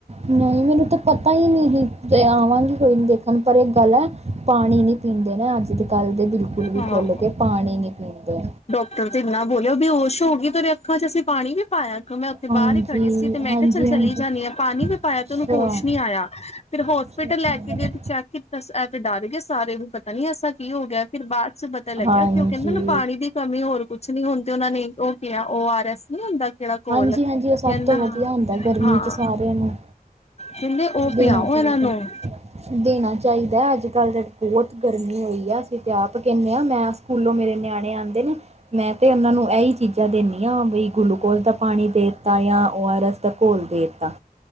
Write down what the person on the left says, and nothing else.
ਹਾਂ
ਓ ਤੇ ਇਨਾ ਬੋਲਿਆ, ਬੇਹੋਸ਼ ਹੋ ਗਈ ਤੇਰੇ ਅੱਖਾਂ ਚ ਅਸੀਂ ਪਾਣੀ ਵੀ ਪਾਇਆ ਕਿਂ ਮੈਂ
ਬਾਹਰ ਹੀ ਖੜੀ ਸੀ ਤੇ ਮੈਂ
ਕਿਹਾ ਚੱਲ ਚਲੀ
ਜਾਂਦੀ ਹਾਂ, ਪਾਣੀ ਵੀ ਪਾਇਆ
ਤੇ ਉਹਨੂੰ ਹੋਸ਼ ਨਹੀਂ ਆਇਆ ਫਿਰ ਹੋ
ਫੇਰ ਤਾਂ
ਲੈ ਕੇ ਗਏ ਤੇ ਚੈੱਕ ਕੀਤਾ ਇਹ ਤੇ ਡਰ ਗਏ ਸਾਰੇ, ਪਤਾ ਨੀ ਐਸਾ ਕੀ ਹੋ ਗਿਆ? ਫਿਰ ਬਾਅਦ ਚ ਪਤਾ ਲੱਗਿਆ
ਕਿ ਉਹ ਕਹਿੰਦੇ ਨੇ ਪਾਣੀ ਦੀ ਕਮੀ, ਹੋਰ ਕੁਛ ਨਹੀਂ ਹੁਣ ਤੇ ਉਹਨਾਂ ਨੇ ਉਹ ਕਿਹਾ, ਓ ਆਰ ਐਸ ਨੀ ਹੁੰਦਾ। ਕਿਹੜਾ ਘੋਲ
ਕਹਿੰਦਾ
ਹਾਂ
ਹਾਂ
ਕਹਿੰਦੇ ਉਹ
ਪਿਆਓ
ਇਹਨਾਂ ਨੂੰ